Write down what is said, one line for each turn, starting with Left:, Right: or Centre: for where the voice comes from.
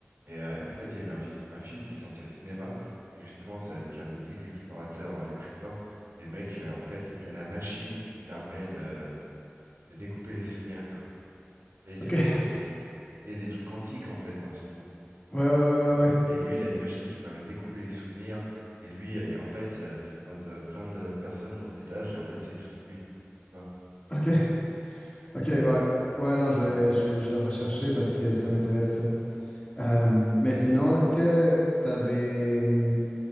Right: Et, euh, en fait, il y a eu un, ils ont fait un film qui est sorti au cinéma. Et justement, c'est avec un des dix explorateurs euh, les plus forts. Et le mec, euh, en fait, il a la machine qui permet de, de découper les souvenirs. Vous savez ce
Left: Ok.
Right: qu'ils
Left: <laughs>
Right: disent qu'il y a il y a des trucs antiques en fait dans ce trou.
Left: Ouais, ouais, ouais,
Right: Et, euh,
Left: ouais, ouais.
Right: et lui, il a une machine qui permet de découper les souvenirs. Et lui, euh, en fait, euh, tu croises euh, plein de personnes dans cet étage. Et en fait, c'est tous lui. Tu vois?
Left: Ok.
Right: Donc,
Left: Ok, ouais.
Right: euh, c'est
Left: Ouais, non, je
Right: pas
Left: vais,
Right: mal.
Left: je vais, je vais le rechercher parce que ça m'intéresse. Euh, mais sinon, est-ce que t'avais hum,